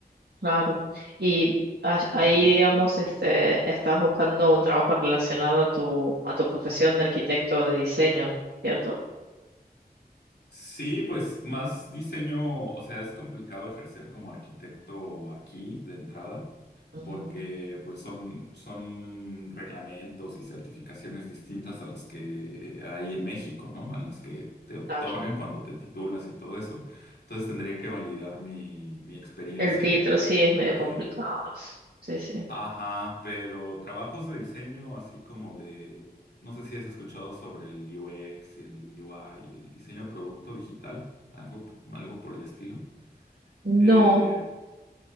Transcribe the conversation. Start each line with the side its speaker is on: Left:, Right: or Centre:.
Right: claro. Y ah- ahí,
Left: Ujú.
Right: digamos, este, estás buscando un trabajo relacionado a tu, a tu profesión de arquitecto de diseño, ¿no? ¿cierto?
Left: Sí, pues más diseño, o sea, es complicado ejercer como arquitecto aquí de entrada
Right: Ujú,
Left: porque pues son, son reglamentos y certificaciones distintas a las que hay en México, ¿no? A las que te otorgan
Right: claro.
Left: cuando te titulas y todo eso. Entonces tendría que validar mi, mi experiencia.
Right: El título sí es medio complicado.
Left: eh,
Right: es- Sí, sí.
Left: Ajá, pero trabajos de diseño así como de, no sé si has escuchado sobre el UX, el UI, el diseño de producto digital, algo, algo por el estilo.
Right: No,
Left: Eh,